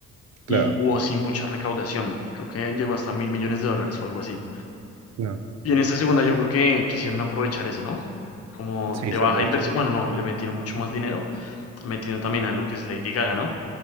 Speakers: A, on the right (about 60°); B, on the left (about 50°).
A: Claro,
B: y hubo sí mucha recaudación. Creo que llegó hasta mil millones de dólares o algo así.
A: claro.
B: Y en esta segunda yo creo que quisieron aprovechar eso, ¿no? Como
A: Sí,
B: de
A: se
B: baja
A: aprovechó.
B: inversión, bueno, no, le metieron mucho más dinero metiendo también a lo que es Lady Gaga, ¿no?